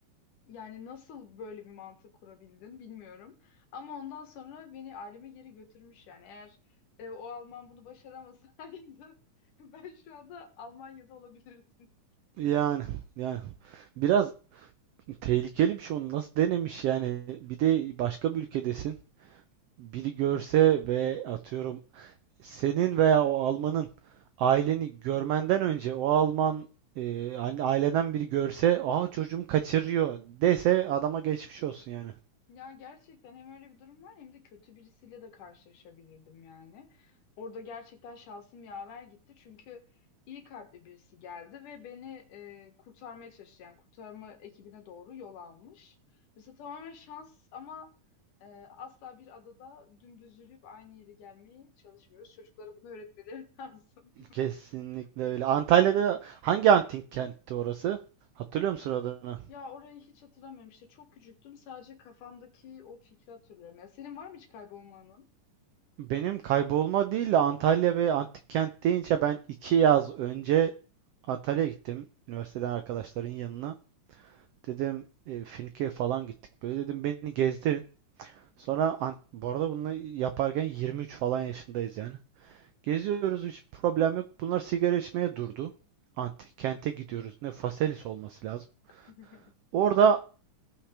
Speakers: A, on the left (about 75°); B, on the right (about 85°).
A: Yani nasıl böyle bir mantık kurabildin bilmiyorum. Ama ondan sonra beni aileme geri götürmüş yani. Eğer e, o Alman bunu başaramasaydı <laughs> ben şu anda Almanya'da olabilirdim.
B: Yani yani biraz tehlikeli bir şey onu nasıl denemiş yani bir de başka bir ülkedesin biri görse ve atıyorum senin veya o Alman'ın aileni görmenden önce o Alman e, hani aileden biri görse aha çocuğumu kaçırıyor dese adama geçmiş olsun yani.
A: Ya gerçekten hem öyle bir durum var hem de kötü birisiyle de karşılaşabilirdim yani. Orada gerçekten şansım yaver gitti çünkü iyi kalpli birisi geldi ve beni e, kurtarmaya çalıştı. Yani kurtarma ekibine doğru yol almış. Mesela tamamen şans ama Ee, asla bir adada dümdüz yürüyüp aynı yere gelmeye çalışmıyoruz. Çocuklara bunu öğretmeleri <laughs> lazım.
B: Kesinlikle öyle. Antalya'da hangi antik kentti orası? Hatırlıyor musun adını?
A: Ya orayı hiç hatırlamıyorum işte. Çok küçüktüm. Sadece kafamdaki o fikri hatırlıyorum. Ya senin var mı hiç kaybolmanın?
B: Benim kaybolma değil de Antalya ve antik kent deyince ben iki yaz önce Antalya'ya gittim. Üniversiteden arkadaşların yanına. Dedim e, Finke'ye falan gittik böyle. Dedim beni gezdirin. Sonra an- bu arada bunu yaparken 23 falan yaşındayız yani. Geziyoruz hiç problem yok. Bunlar sigara içmeye durdu. Antik kente gidiyoruz. Ne Faselis olması lazım.
A: <laughs>
B: Orada
A: Hı hı.